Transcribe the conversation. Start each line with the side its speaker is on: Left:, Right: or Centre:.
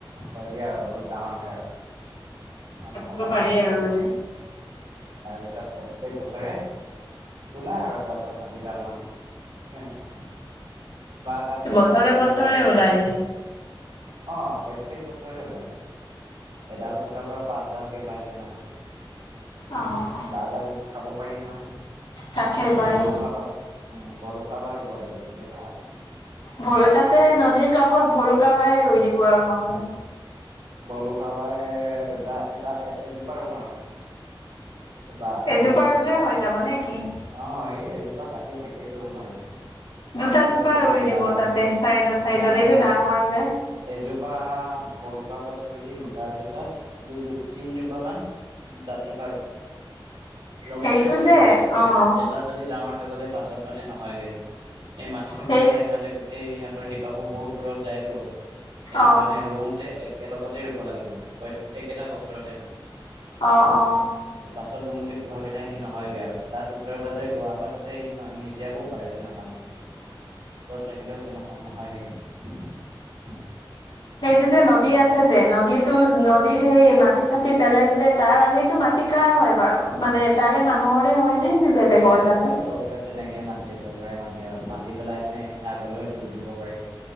Right: হয়গৈ আৰু অলপ ডাঙৰ হয় আৰু
Left: পাতিব
Right: অলপ সময়
Left: পাৰি
Right: লাগে
Left: আৰু
Right: আৰু
Left: মানে।
Right: তাৰপিছত প্ৰত্যক বছৰে। ওলাই আৰু পঞ্চাশ ষাঠিডাল মান তেনেকে। বাঁ গছো
Left: বছৰে
Right: খাব পাৰি
Left: বছৰে
Right: তাৰ পৰাই।
Left: ওলাই নেকি?
Right: অঁ প্ৰত্যয়েক বছৰেৰে ওলায়। এডাল গছৰ পৰা পাচডালকে ওলাই তেনেকা।
Left: অ',
Right: বাঁহগাজো খাব পাৰি নহয়।
Left: তাকে পাৰি।
Right: বলো খাবাহম বলো খাবাহ ৰুব লাগে তেতিয়া ভাল।
Left: ভয় তাতে নদীৰ কাষত ভলুকা ভাইে ৰুই দিব আৰু নহলে।
Right: বলো খাবাই দুটা এটা এসোপামান আৰু বা এইটো
Left: এজোপা ৰুলে
Right: জাত
Left: হৈ যাব নে কি?
Right: অঁ সেই। বা কাটি শেষেই কৰিব নোৱাৰাৰে।
Left: দুটা
Right: এজোপা
Left: জোপা
Right: বেছি
Left: ৰুই দিব
Right: ডাঙৰ
Left: তাতে
Right: হৈ যায়
Left: চাইডত চাইডত
Right: দুটা নালাগে
Left: এইটো ডাঙৰ যে।
Right: এযোপ। বাহ্ ভুলোৱা গছ দিম তাৰ পাছত তিনজোপামান জাতিবাঁহ। বাৰো। লগতে
Left: সেইটো
Right: ৰুব লাগিব
Left: যে অ',
Right: এটা যদি ডাঙৰ হৈ গ'লে পাছত মানে নহয়গে। এই মাটিতটো
Left: সেই
Right: কি হয় সিহঁতে গোটেই সিহঁতৰ শিপাপোৰ বহুত দূৰত যায়তো। সেইটো
Left: অ',
Right: কাৰণে ৰওঁতে একেলগতে ৰুব লাগে মানে প্ৰত একেটা বছৰতে মানে।
Left: অ অ
Right: পাছত ৰুম বুলি ভাবিলে সি নহয়গে আৰু তাত ওচৰে পাজৰে গোৱা গগছ আছে সেই নিজিয়াবও পাৰে তেনেকোৱা মানে।
Left: <unintelligible>
Right: ওচৰত থাকিলেও তেনেকুৱা নহয়গে
Left: সেইটো যে নদী আছে যে নদীতটো নদীত সেই মাটি চাটি পেলাই দিলে। তাৰ সেইটো মাটি কাৰ হয় বাৰু মানে তাৰে মানুহৰে হয় নে। নে বেলেগৰ
Right: এইবিলাক
Left: জানো?
Right: চৰকাৰ তেনেকে। এ মাতি চৰকাৰে মাতি আৰু মাতি পেলাই পিনে সেইখিনি আগলৈও দি দিব পাৰি।